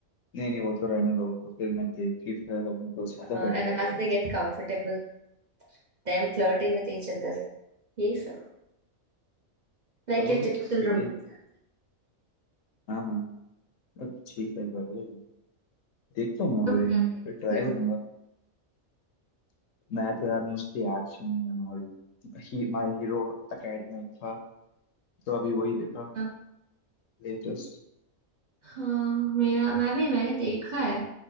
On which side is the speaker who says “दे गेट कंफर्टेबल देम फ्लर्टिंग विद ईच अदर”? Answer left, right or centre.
Right